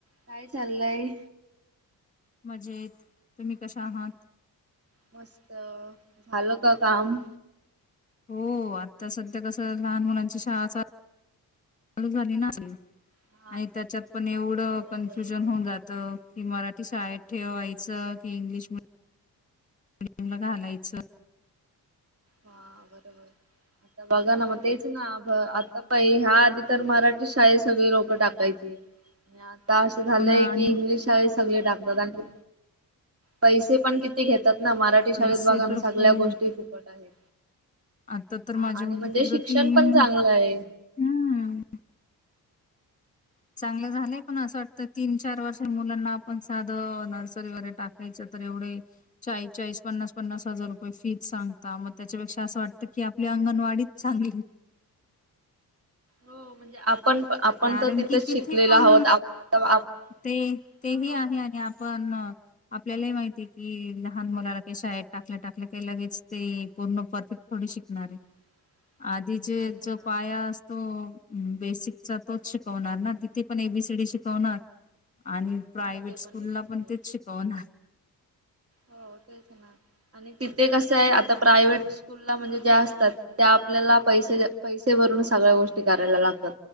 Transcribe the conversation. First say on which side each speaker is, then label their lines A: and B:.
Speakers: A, on the right; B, on the left.
A: काय चाललंय
B: मजेत तुम्ही कशा आहात
A: मस्त झालं का काम
B: हो आता सध्या कसं लहान मुलांची शाळा चालू झाली ना
A: हा
B: आणि त्याच्यात पण एवढं
A: हो
B: कन्फ्युजन
A: बरोबर
B: होऊन जातं की मराठी शाळेत ठेवायचं की इंग्लिश मि डीयम ला घालायचं
A: ह बरोबर आता बघा ना मग तेच ना आता पई ह्या आधी तर मराठी शाळे सगळी लोकं टाकायची आणि आ आता असं झालंय
B: हो ना आणि
A: की इंग्लिश शाळेत सगळे टाकतात आणि पैसे पण किती घेतात ना मराठी
B: पैसे
A: शाळेत बघाना
B: तर
A: सगळ्या
B: खूप
A: गोष्टी फुकट आहेत
B: आता तर
A: हा
B: माझी
A: आणि
B: मुलगी
A: म्हणजे
B: फक्त
A: शिक्षण
B: तीन
A: पण चांगलं आहे
B: हम् चांगलं झालंय पण असं वाटत तीन चार वर्ष मुलांना पण साधं नर्सरी वगैरे टाकायचं तर एवढे चाळीस चाळीस पन्नास पन्नास हजार रु फीज सांगता मग त्याच्यापेक्षा असं वाटत की आपली अंगणवाडीच चांगली
A: हो म्हणजे आपण आपण
B: कारण
A: तर तिथंच
B: की तिथे
A: शिकलेलो
B: पण
A: आहोत आता आप-
B: ते ते
A: हा
B: हे आहे आणि आपण आपल्याला ही माहिती की लहान मुलाला काही शाळेत टाकल्या टाकल्या काही लगेच ते पूर्ण परफेक्ट थोडी शिकणारे
A: <inaudible>
B: आधी
A: नाही
B: जे
A: ना
B: जो पाया असतो बेसिक तोच शिकवणार ना तिथे पण एबीसीडी शिकवणार आणि प्रायव्हेट
A: ते पण
B: स्कूलला
A: आहे
B: पण तेच शिकवणार
A: हो तेच ना. आणि तिथे कसं आहे आता प्रायव्हेट स्कूलला म्हणजे ज्या असतात त्या आपल्याला पैसे पैसे भर सगळ्या गोष्टी करायला लागतात